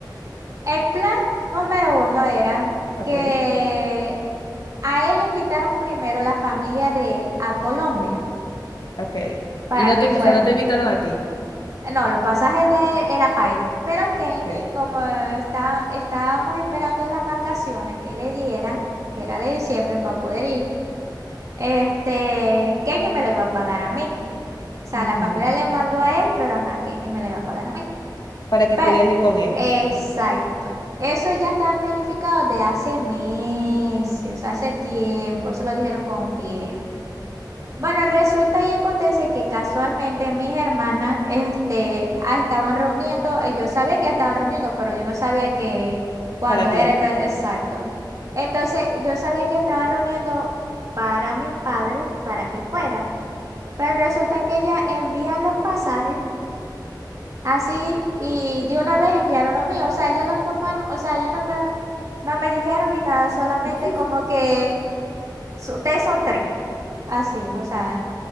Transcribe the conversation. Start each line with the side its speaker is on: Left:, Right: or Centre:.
Right: el plan número uno era
Left: Ok,
Right: que a él lo invitaron primero la familia de él a Colombia
Left: ok.
Right: para
Left: Y no
Right: que
Left: te,
Right: fuera.
Left: o sea, no te invitaron a ti.
Right: No, los pasajes de era para él. Pero Kenny,
Left: Ok.
Right: como está, estábamos esperando las vacaciones que le dieran, que era de diciembre para poder ir, este, Kenny me lo iba a pagar a mí. O sea,
Left: Ujú.
Right: la familia le mandó a él, pero ajá, Kenny me lo iba a pagar a mí.
Left: Para que
Right: Pero,
Left: pudieras ir con él.
Right: exacto. Eso ya estaba planificado de hace meses, hace tiempo. Eso lo dijeron con tiempo. Bueno, resulta y acontece que casualmente mis hermanas este, ah, estaban reuniendo, eh, yo sabía que ya estaban reuniendo, pero yo no sabía que cuándo
Left: Para ti.
Right: era ca- exacto. Entonces, yo sabía que estaban reuniendo para mis padres, para que fuera. Pero resulta que ellas envían los pasajes así y de una vez enviaron los míos. O sea, ellos los tomaron, o sea, ellos no me, no me dijeron ni nada, solamente
Left: <laughs> Ujú.
Right: como que "Su- ustedes son tres, así, o sea.